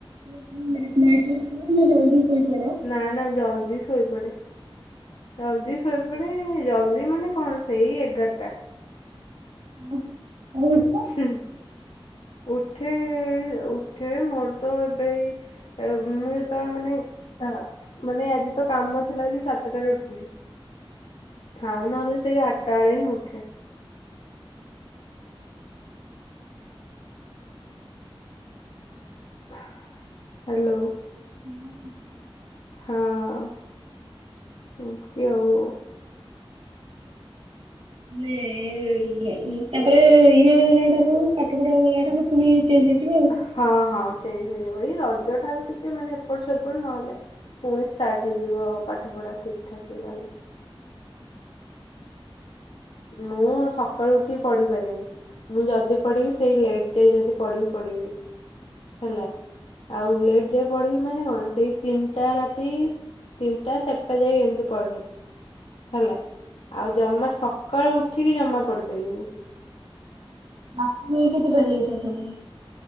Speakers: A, on the right; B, on the left.
A: <unintelligible> ଲେଟ୍ ନାଇଟ୍ ରେ ଶୁଅ ନା ଜଲଦି ଶୋଇପଡ଼?
B: ନା, ନା ଜଲଦି ଶୋଇପଡେ, ଜଲଦି ଶୋଇପଡେ ଜଲଦି ମାନେ କଣ ସେଇ ଏଗାର୍ ଟା।
A: <unintelligible>
B: ହୁଁ, ଉଠେ-ଏ-ଏ-ଏ ଉଠେ ମୋର ତ ଏବେ ଏଇ ଏ ମୁଁ ଏ ତର ମାନେ ଅ ମାନେ ଆଜି ତ କାମ ଥିଲା ବୋଲି ସାତଟାରେ ଉଠିଲି। ଥାଉ ନହେଲେ ସେଇ ଆଠଟା ବେଳେ ହିଁ ଉଠେ। ହ ହ୍ୟାଲୋ,
A: ହଁ।
B: ହଁ, ଏମତି ଆଉ।
A: ନେ-ଏ-ଏ-ଏ ଇ ଏ ତାପରେ ଇଏ ହେଲା ଠାରୁ ପାଠ ପଢା ଗଲା ଠାରୁ ପୁଣି ଚେଞ୍ଜ ହେଇଯିବ। ଆଉ।
B: ହଁ, ହଁ ଚେଞ୍ଜ ହେଇଯିବ ଏଇ ରଜ ଠାରୁ ଟିକେ ମାନେ ଏପଟ ସେପଟ ନହେଲେ ପୁଣି ଷ୍ଟାର୍ଟ ହେଇଯିବ ପାଠ ପଢା ଠିକ୍ ଠାକ ହେଇଗଲେ। ମୁଁ ସକାଳୁ ଉଠିକି ପଢି ପାରେନି। ମୁଁ ଯଦି ପଢିବି ସେଇ ଲେଟ ଯାଏ ଯଦି ପଢିବି ପଢିବି ହେଲା। ଆଉ ଲେଟ୍ ଯାଏ ପଢିବି ମାନେ କଣ ସେଇ ତିନିଟା ରାତି। ତିନିଟା ଚାରିଟା ଯାଏ ଏମିତି ପଢେ। ହେଲା, ଆଉ ଜମା ସକାଳୁ ଉଠିକି ଜମା ପଡି ପାରିବିନି।
A: ରାତିରେ କେତେଟା ଯାଏ ପାଠ ପଢ଼?